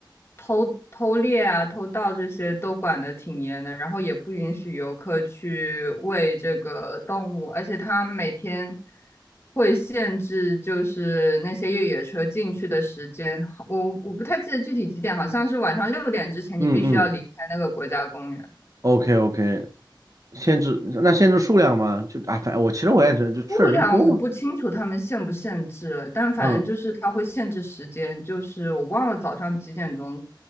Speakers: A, on the left; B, on the right.
A: 偷偷猎啊、偷盗这些都管得挺严的，然后也不允许游客去喂这个动物，而且它每天会限制就是那些越野车进去的时间，我我不太记得具体几点，好像是晚上六点之前你必须要离开那个国家公园。
B: 嗯嗯，OK OK，限制那限制数量吗？就啊，反正我其实我也觉得，就确实人多嘛。
A: 数量我不清楚他们限不限制，但反正就是他会限制时间，
B: 嗯
A: 就是我忘了早上几点钟，